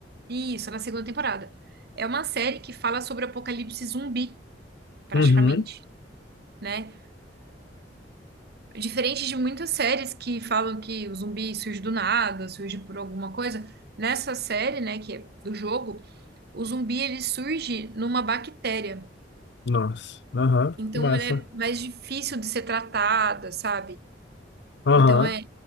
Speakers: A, on the right (about 60°); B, on the left (about 65°).
A: isso, na segunda temporada. É uma série que fala sobre apocalipse zumbi, praticamente,
B: Uhum.
A: né? Diferente de muitas séries que falam que o zumbi surge do nada, surge por alguma coisa, nessa série, né, que é do jogo, o zumbi ele surge numa bactéria.
B: Nossa. Aham.
A: Então
B: Massa.
A: ela é mais difícil de ser tratada, sabe?
B: Aham.
A: Então é,